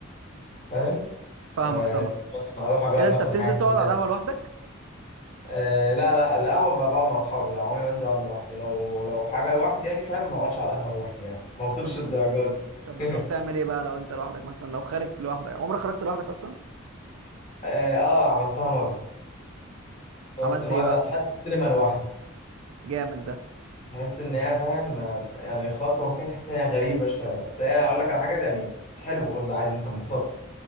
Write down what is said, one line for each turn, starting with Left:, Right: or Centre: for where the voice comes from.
Left: فاهم
Right: فاهمك
Left: آه
Right: طبعا
Left: مثلا اروح اجرب
Right: ايه ده انت
Left: مثلا
Right: بتنزل
Left: حاجه
Right: تقعد
Left: جديده
Right: على القهوه لوحدك
Left: آه لا لا القهوه بقى بقعد مع اصحابي لا عمري ما انزل اقعد لوحدي لو لو حاجه لوحدي يعني فاهم ما اقعدش على القهوه لوحدي يعني ما وصلتش
Right: طب بت...
Left: الدرجه دي
Right: طب بتروح
Left: <laughs>
Right: تعمل ايه بقى لو انت لوحدك مثلا لو خارج لوحدك عمرك خرجت لوحدك اصلا
Left: اه آه، عملتها مره رحت
Right: عملت
Left: مره
Right: ايه بقى
Left: دخلت السينما لوحدي
Right: جامد ده
Left: تحس ان هي فاهم يعني خطوه كده تحس ان هي غريبه شويه بس هي اقول لك على حاجه يعني حلو برضه عادي انت انبسطت